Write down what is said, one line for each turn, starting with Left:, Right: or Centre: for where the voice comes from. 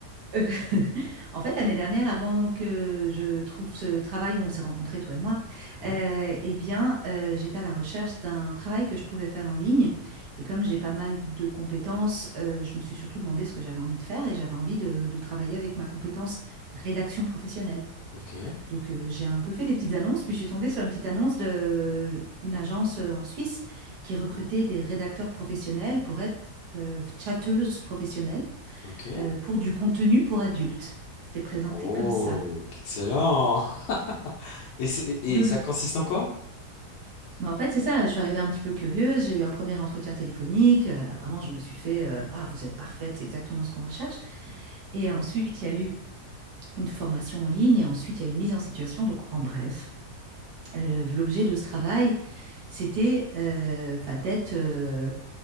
Right: Heu, <laughs> en fait, l'année dernière, avant que je trouve ce travail où on s'est rencontrés, toi et moi,
Left: Ouais,
Right: heu et bien, heu, j'étais à la recherche d'un travail que je pouvais faire en ligne et comme j'ai pas mal de compétences, heu, je me suis surtout demandé ce que j'avais envie de faire et j'avais envie de de travailler avec ma compétence rédaction professionnelle.
Left: ok.
Right: Donc, euh, j'ai un peu fait des petites annonces, puis je suis tombée sur une petite annonce de euh, une agence euh, en Suisse qui recrutait
Left: Mhm.
Right: des rédacteurs professionnels pour être euh, chatteuses professionnelles
Left: Ok.
Right: euh, pour du contenu pour adultes. C'était présenté
Left: Oh,
Right: comme ça.
Left: excellent. <laughs> Et, c'est- et
Right: Donc,
Left: ça
Right: je-
Left: consiste en quoi?
Right: bah, en fait, c'est ça, je suis arrivée un petit peu curieuse, j'ai eu un premier entretien téléphonique, euh, vraiment,
Left: Mhm.
Right: je me suis fait euh, Ah, vous êtes parfaite, c'est exactement ce qu'on recherche. Et ensuite, il y a eu une formation en ligne, et ensuite, il y a eu une mise en situation, donc en bref. Euh, L'objet de ce travail, C'était, heu, enfin, d'être, heu